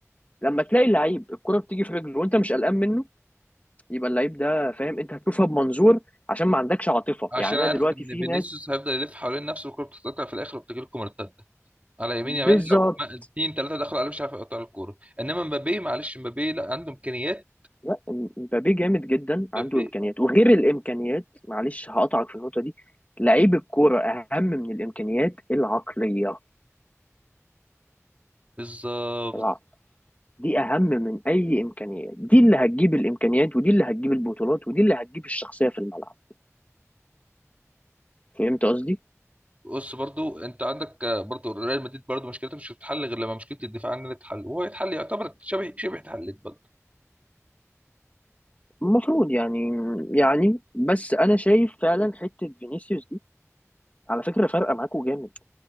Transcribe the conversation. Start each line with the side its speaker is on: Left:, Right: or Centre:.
Left: لما تلاقي لعيب الكرة بتيجي في رجله وانت مش قلقان منه يبقى اللعيب ده فاهم انت هتشوفها بمنظور عشان ما عندكش عاطفة
Right: عشان
Left: يعني انا
Right: عارف
Left: دلوقتي
Right: ان
Left: في
Right: فينيسيوس
Left: ناس
Right: هيفضل يلف حوالين نفسه والكوره بتتقطع في الاخر وبتجي لكم مرتده على يمين يامال
Left: بالظبط
Right: لو ما- اتنين تلاته دخلوا عليه مش عارف يقطع الكوره انما مبابي معلش مبابي لا عنده امكانيات
Left: لا مبابي جامد جدا عنده
Right: مبابي
Left: امكانيات
Right: آه،
Left: وغير الامكانيات معلش هقطعك في النقطة دي لعيب الكرة اهم من الامكانيات العقلية
Right: بالظبط
Left: الع- دي اهم من اي امكانيات دي اللي هتجيب الامكانيات ودي اللي هتجيب البطولات ودي اللي هتجيب الشخصيه في الملعب فهمت قصدي
Right: بص برضو انت عندك آه، برضو ريال مدريد برضو مشكلتها مش هتتحل غير لما مشكله الدفاع عننا تتحل وهو يتحل يعتبر شبه شبه اتحلت برضو
Left: المفروض يعني يعني بس انا شايف فعلا حته فينيسيوس دي على فكره فارقه معاكوا جامد